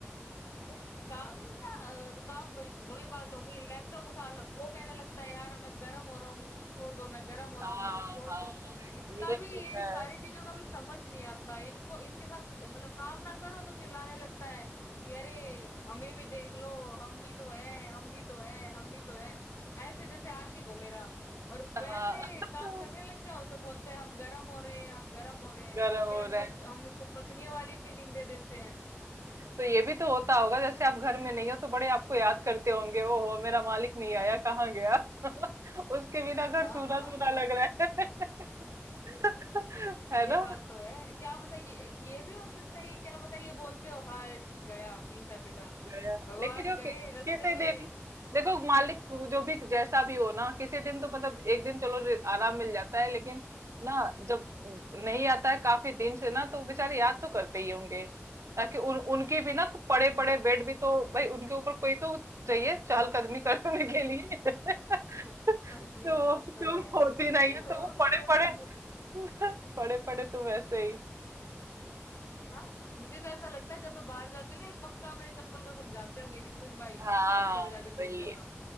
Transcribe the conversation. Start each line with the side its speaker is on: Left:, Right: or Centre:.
Left: नहीं, काम नहीं था अ, काम वही वही बात हो गई लैपटॉप उठा लो वो कहने लगता है यार मैं गर्म हो रहा हूँ मुझे छोड़ दो मैं गर्म हो
Right: हाँ
Left: रहा हूँ मुझे छोड़
Right: हाँ
Left: दो इनका
Right: ये
Left: भी
Right: तो
Left: ये
Right: है
Left: सारी चीजों का भी समझ नहीं आता इनको इनके साथ मतलब काम ना करो तो चिल्लाने लगता है कि अरे हमें भी देख लो हम भी तो हैं हम भी तो हैं हम भी तो हैं ऐसे जैसे आशिक हो मेरा और
Right: हाँ
Left: वैसे
Right: <laughs>
Left: काम करने लग जाओ तो बोलते हैं हम गर्म हो रहे हैं हम गर्म हो रहे हैं
Right: गर्म
Left: फिर
Right: हो
Left: हमको
Right: रहे हैं
Left: इस, हम इसको पत्नियों वाली फीलिंग दे देते हैं
Right: तो ये भी तो होता होगा जैसे आप घर में नहीं हो तो बड़े आपको याद करते होंगे ओहो मेरा मालिक नहीं आया कहाँ गया <laughs> उसके बिना घर
Left: हाँ
Right: सूना
Left: हाँ
Right: सूना
Left: हाँ
Right: लग रहा है <laughs> <laughs> है
Left: ये
Right: ना
Left: बात तो है क्या पता ये ये भी हो सकता है कि क्या पता ये बोलते हो हर्ष गया पीछा छूटा
Right: गया
Left: भगवान
Right: लेकिन वो
Left: करे
Right: कि,
Left: रास्ते
Right: किसी
Left: में
Right: दिन देखो मालिक जो भी जैसा भी हो ना किसी दिन तो मतलब एक दिन चलो रि- आराम मिल जाता है लेकिन ना जब नहीं आता है काफी दिन से ना तो बेचारे याद तो करते ही होंगे ताकि उन उनकी भी ना पड़े पड़े बेड भी तो भाई उनके ऊपर कोई तो चाहिए चहलकदमी करने के लिए <laughs>
Left: हाँ, ये
Right: तो
Left: बात तो
Right: तुम
Left: है
Right: होती नहीं
Left: अरे
Right: है तो
Left: और
Right: वो
Left: छोड़ो
Right: पड़े पड़े
Left: मु,
Right: <laughs> पड़े पड़े तुम ऐसे <laughs> ही
Left: हाँ मुझे तो ऐसा लगता है जब मैं बाहर जाती हूँ ना ये पक्का मेरे चप्पल को समझाते होंगे कि सुन भाई
Right: हाँ
Left: रास्ते में जाके टूट
Right: भाई
Left: जाना